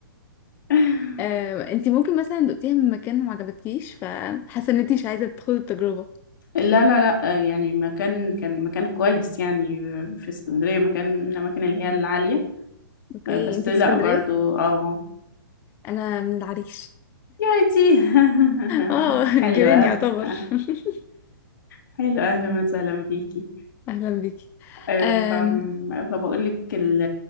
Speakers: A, on the left; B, on the left.
A: اه
B: أم... انتي ممكن مثلا دقتيها من مكان وما عجبتكيش فحاسه ان انتي مش عايزه تدخلي التجربه
A: لا لا لا آه، يعني مكان كان مكان كويس يعني آه، في اسكندرية مكان من الأماكن اللي هي العالية
B: اوكي
A: آه، بس
B: انتي
A: لا
B: في اسكندريه
A: برضو اه
B: انا من العريش
A: يا ريتي <laughs>
B: اه <laughs>
A: حلوة
B: جيران يعتبر
A: <laughs>
B: <laughs>
A: حلوة أهلا وسهلا بيكي
B: اهلا بيكي
A: آه،
B: أم...
A: ف فبقول لك ال-